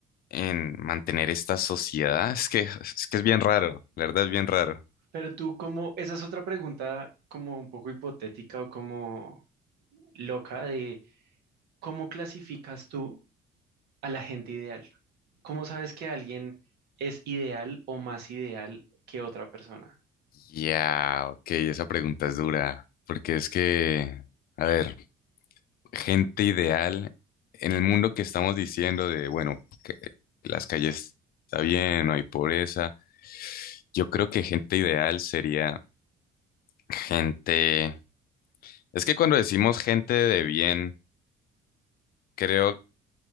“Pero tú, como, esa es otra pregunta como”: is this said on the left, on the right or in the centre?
Right